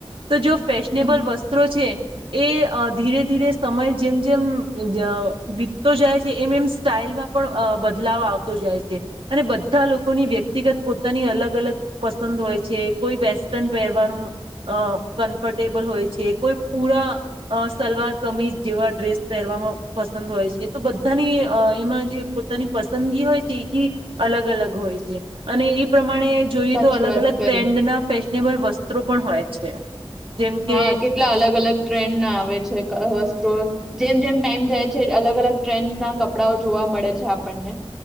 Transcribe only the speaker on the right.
તો જો ફેશનેબલ
વસ્ છે એ અ ધીરે-ધીરે સમય જેમ-જેમ અમ્મ જ વીતતો જાય છે એમ એમ સ્ટાઈલમાં પણ અ બદલાવ આવતો જાય છે. અને બધા લોકોની વ્યક્તિગત પોતાની અલગ-અલગ પસંદ હોય છે કોઈ વેસ્ટર્ન પહેરવાનું અ કન્ફર્ટેબલ હોય છે. કોઈ પૂરા અ સલવાર કમીજ જેવા ડ્રેસ પહેરવામાં પસંદ હોય છે તો બધાની અ એમાં જે પોતાની પસંદગી હોય છે ઈ અલગ-અલગ હોય છે. અને એ પ્રમાણે
જોઈએ
તો અલગ-અલગ
ટ્રેન્ડના ફેશનેબલ વસ્ત્રો પણ હોય. છે. જેમ કે